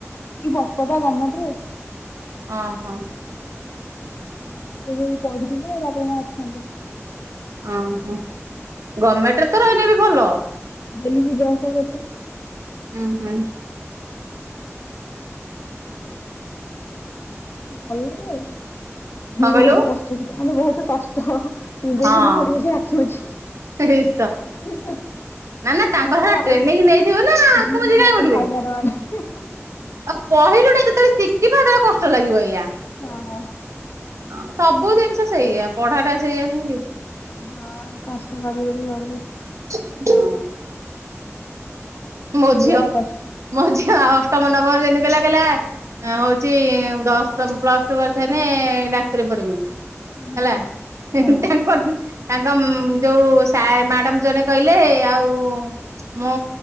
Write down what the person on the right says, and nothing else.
ଅ ହଁ।
ଓହୋ ଗମେଣ୍ଟ ରେ ତ ରହିନେ ବି ଭଲ
ହୁଁ ହୁଁ।
କଣ
କହିଲୁ
ହଁ
ଇସ ନା ନା ତାଙ୍କର
ସେଟା
ଟ୍ରେନିଂ ନେଇଥିବେ ନା ଆସୁମୁଜି
କାଇଁ
ଉଠିବେ
ଆଉ କହିଲୁ ଏଟା ଯେତେବେଳେ ଶିଖିବ ସେତେବେଳେ କଷ୍ଟ ଲାଗିବ ଏଇଆ।
ହଁ ସବୁ ଜିନିଷ ସେଇଆ ପଢା ଟା ସେଇଆ ନୁହେଁ କି।
<unintelligible> ମୋ
ଝିଅ
ମୋଝିଅଉ ଆଉ ଅଷ୍ଟମ ନବମ ଯେମିତି ପିଲା କହିଲା ହଁ ହଉଛି ଦଶମ ପ୍ଲସ୍ ଟୁ କରିସାଇଲେ ଏଁ ଡାକ୍ତରୀ ପଢ଼ବି ମୁ
ହେଲା
ହେଁ
ହେଁ ତାଙ୍କର୍ ତାଙ୍କ ଯୋଉ ସାର୍ ମ୍ୟାଡାମ୍ ଜଣେ କହିଲେ ଆଉ ମୋ